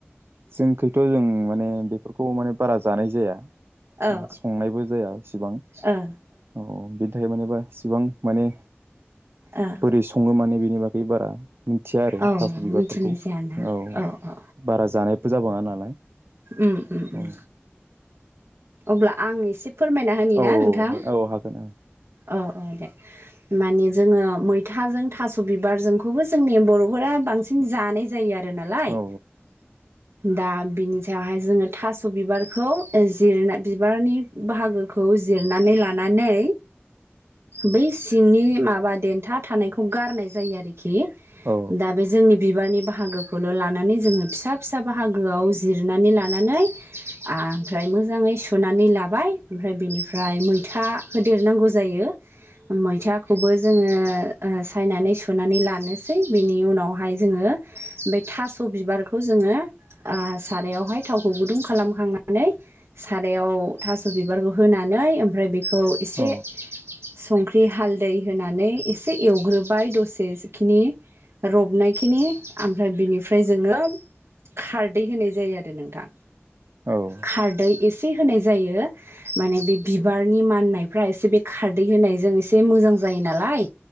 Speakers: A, on the right; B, on the right.
A: जोंखैथ' जों माने बेफोरखौ माने बारा जानाय जाया
B: औ
A: संनायबो जाया इसिबां।
B: औ ओ
A: औ बिदि <unintelligible> इसेबां माने
B: ओ।
A: बोरै सङो माने बेनि बागै बारा मिथिया आरो
B: औ
A: थास' बिबारफोरखौ
B: मिथिनाय जायाना
A: औ
B: औ
A: बारा जानायबो जाबाङा नालाय।
B: उम उम।
A: औ
B: अब्ला आं एसे फोरमायना होनि
A: औ
B: ना नोंथां?
A: औ हागोन
B: औ औ दे। मानि जोङो मैथाजों थास' बिबारजोंखौबो जोंनि बर'फोरा बांसिन जानाय जायो आरो नालाय।
A: औ
B: दा बिनि सायावहाय जोङो थास' बिबारखौ जिरना बिबारनि बाहागोखौ जिरनानै लानानै बै सिंनि माबा देथा थानायखौ गारनाय जायो आरोखि।
A: औ
B: दा बे जोंनि बिबारनि बाहागोखौल' लानानै जोङो फिसा फिसा बाहागोआव जिरनानै लानानै आमफ्राय मोज मोजाङै सुनानै लाबाय ओमफ्राय बिनिफ्राय मैथा होदेरनांगौ जायो। मैथा खौबो जोङो ओ सायनानै सुनानै लानोसै। बेनि उनावहाय जोङो बे थास' बिबारखौ जोङो ओ सारायावहाय थावखौ गुदुं खालामखांनानै सारायाव थास' बिबारखौ होनानै ओमफ्राय बेखौ एसे
A: औ
B: संख्रि हालदै होनानै एसे एवग्रोबाय दसेखिनि रबनायखिनि ओमफ्राय बिनिफ्राय जोङो। खारदै होनाय जायो आरो नोंथां।
A: औ
B: खारदै एसे होनाय जायो। माने बे बिबारनि माननायफ्रा एसे बे खारदै होनायजों एसे मोजां जायो नालाय।